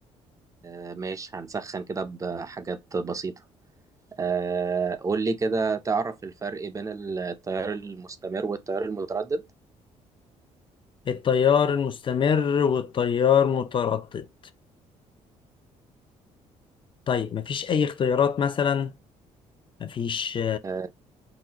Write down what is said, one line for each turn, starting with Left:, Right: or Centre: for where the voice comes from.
Right: آه ماشي هنسخن كده بحاجات بسيطة آه قول لي كده تعرف الفرق بين التيار المستمر والتيار المتردد
Left: التيار المستمر والتيار متردد طيب مفيش اي اختيارات مثلا مفيش
Right: آه